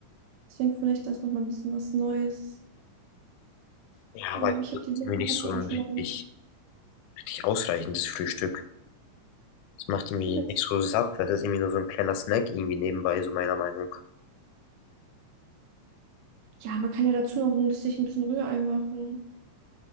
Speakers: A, on the right (about 75°); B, on the left (about 85°).
A: Deswegen finde ich das nochmal ein bisschen was Neues.
B: Ja,
A: Ja,
B: aber ich
A: aber
B: finde
A: ich habe die
B: das
A: Linsenwaffel
B: ist irgendwie nicht so ein
A: auch schon lange.
B: richtig, richtig ausreichendes Frühstück. Das macht irgendwie
A: Findest.
B: nicht so satt. Das ist irgendwie nur so ein kleiner Snack irgendwie nebenbei, so meiner Meinung.
A: Ja, man kann ja dazu noch ein bisschen, ein bisschen Rührei machen.